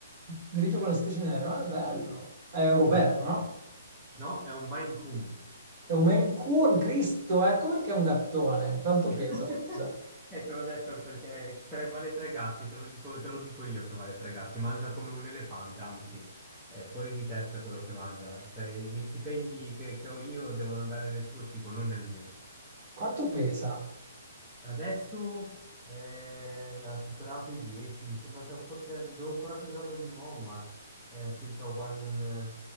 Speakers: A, on the right; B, in the centre.
A: Grigio con le strisce nere, ma è bello. È europeo,
B: Sì. sì.
A: no?
B: No, è un Maine Coon.
A: È un Maine Coon, Cristo, ecco perché è un gattone. Quanto
B: <laughs>
A: pesa, scusa?
B: E te l'ho detto perché tre- vale tre gatti, te lo dico, te lo dico io che vale tre gatti. Mangia come un elefante, anzi, è fuori di testa quello che mangia. Cioè, gli stipendi che, che ho io devono andare nel suo cibo, non nel mio.
A: Quanto pesa?
B: Adesso eh, ha superato i 10, mi sembra che forse devo ancora pesarlo di nuovo, ma è, è circa quasi un,